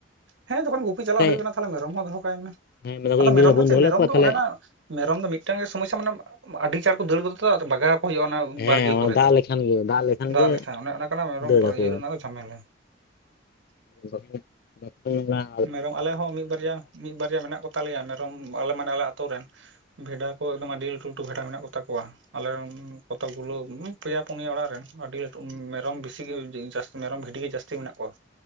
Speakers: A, on the right; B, on the left.
A: ᱦᱮᱸ ᱡᱚᱠᱷᱚᱱ ᱜᱩᱯᱤ ᱪᱟᱞᱟᱜ
B: ᱥᱮ
A: ᱦᱩᱭᱩᱜ ᱠᱟᱱᱟ ᱛᱟᱦᱞᱮ ᱢᱮᱨᱚᱢ ᱦᱚᱸ ᱫᱚᱦᱚ ᱠᱟᱭ ᱢᱮ
B: ᱦᱮᱸ ᱢᱮᱱ ᱫᱟᱠᱚ
A: ᱟᱫᱚ
B: ᱤᱧ
A: ᱢᱮᱨᱚᱢ
B: ᱫᱤᱱ ᱵᱟᱵᱚᱱ
A: ᱫᱚ ᱪᱮᱫ
B: ᱫᱚᱦᱚ
A: ᱢᱮᱨᱚᱢ
B: ᱞᱮᱫ ᱠᱚᱣᱟ
A: ᱫᱚ
B: ᱛᱟᱦᱚᱞᱮ
A: ᱚᱱᱮ ᱚᱱᱟ ᱢᱮᱨᱚᱢ ᱫᱚ ᱢᱤᱫᱴᱟᱝ ᱜᱮ ᱥᱚᱢᱚᱥᱥᱟ ᱢᱟᱱᱮ ᱟᱹᱰᱤ ᱪᱟᱬ ᱠᱚ ᱫᱟᱹᱲ ᱜᱚᱫᱟ ᱛᱚ ᱟᱫᱚ ᱵᱟᱜᱟᱣ ᱟᱠᱚ ᱦᱩᱭᱩᱜᱼᱟ ᱚᱱᱟ
B: ᱦᱮᱸ
A: ᱵᱟᱲᱜᱮ
B: ᱚᱱᱟ
A: ᱠᱚᱨᱮ
B: ᱫᱟᱜ
A: ᱫᱚ
B: ᱞᱮᱠᱷᱟᱱ ᱜᱮ
A: ᱫᱟᱜ
B: ᱜᱮ
A: ᱞᱮᱠᱷᱟᱱ ᱚᱱᱮ ᱚᱱᱟ ᱠᱟᱱᱟ ᱢᱮᱨᱚᱢ
B: ᱫᱟᱹᱲ ᱟᱠᱚ
A: ᱤᱭᱟᱹ ᱨᱮᱱᱟᱜ ᱫᱚ ᱡᱷᱟᱢᱮᱞᱟ
B: <unintelligible>
A: ᱢᱮᱨᱚᱢ ᱟᱞᱮ ᱦᱚᱸ ᱢᱤᱫ ᱵᱟᱨᱭᱟ ᱢᱤᱫ ᱵᱟᱨᱭᱟ ᱢᱮᱱᱟᱜ ᱠᱚ ᱛᱟᱞᱮᱭᱟ ᱢᱮᱨᱚᱢ ᱟᱞᱮ ᱢᱟᱱᱮ ᱟᱞᱮ ᱟᱛᱩ ᱨᱮᱱ ᱵᱷᱮᱰᱟ ᱠᱚ ᱟᱹᱰᱤ ᱞᱟᱹᱴᱩ ᱞᱟᱹᱴᱩ ᱵᱷᱮᱰᱟ ᱢᱮᱱᱟᱜ ᱠᱚᱛᱟ ᱠᱚᱣᱟ ᱟᱞᱮ ᱨᱮᱱ ᱠᱚᱛᱚ ᱜᱩᱞᱟᱹ ᱯᱮᱭᱟ ᱯᱩᱱᱭᱟ ᱚᱲᱟᱜ ᱨᱮᱱ ᱟᱹᱰᱤ ᱞᱟᱹᱴᱩ ᱢᱮᱨᱚᱢ ᱵᱮᱥᱤ ᱢᱮᱨᱚᱢ ᱵᱷᱤᱰᱤ ᱜᱮ ᱡᱟᱹᱥᱛᱤ ᱢᱮᱱᱟᱜ ᱠᱚᱣᱟ